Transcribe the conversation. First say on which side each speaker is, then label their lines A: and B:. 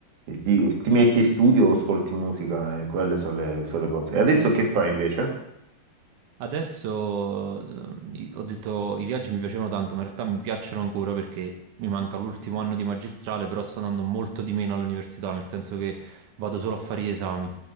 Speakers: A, on the right (about 55°); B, on the right (about 75°).
A: ti, ti metti in studio o ascolti musica, e quelle sono le, sono le cose. E adesso che fai invece?
B: Adesso eh, i- ho detto i viaggi mi piacevano tanto, ma in realtà mi piacciono ancora perché mi manca l'ultimo anno di magistrale, però sto andando molto di meno all'università, nel senso che vado solo a fare gli esami.